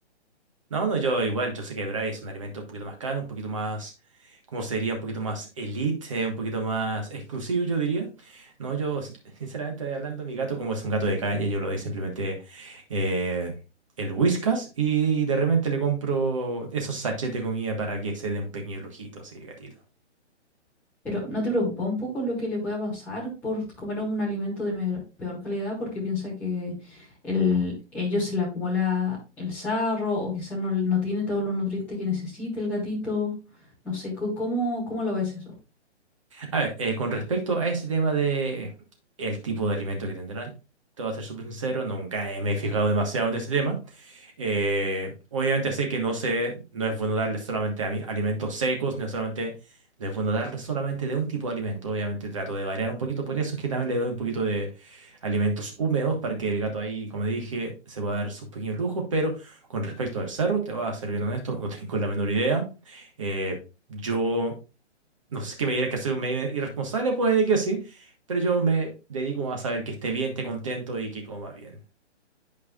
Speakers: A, on the right (about 25°); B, in the centre.
A: No, no, yo igual, yo sé que Braille es un alimento un poquito más caro, un poquito más, ¿cómo sería? Un poquito más elite, eh, un poquito más exclusivo, yo diría. No, yo, s- sinceramente hablando, mi gato, como es un gato de calle, yo lo doy simplemente eh, el Whiskas y de repente le compro esos sachets de comida para que se dé un pequeño lujito, así, el gatito.
B: Pero ¿no te preocupa un poco lo que le pueda pasar por comer un alimento de me- peor calidad? Porque piensa que el, ellos se le acumula el sarro o quizás no, no tiene todos los nutrientes que necesita el gatito. No sé, co- ¿cómo, cómo lo ves eso?
A: A ver, eh, con respecto a ese tema de el tipo de alimento que tendrán, te voy a ser súper sincero, nunca me he fijado demasiado en ese tema. Eh, obviamente sé que no sé, no es bueno darles solamente ami- alimentos secos, no es solamente, no es bueno darles solamente de un tipo de alimento. Obviamente trato de variar un poquito, por eso es que también le doy un poquito de alimentos húmedos para que el gato ahí, como dije, se pueda dar sus pequeños lujos. Pero con respecto al cerro, te voy a ser bien honesto, no <laughs> tengo la menor idea. Eh, yo no sé qué me dirá que soy un medio irresponsable, puede que sí, pero yo me dedico más a saber que esté bien, esté contento y que coma bien.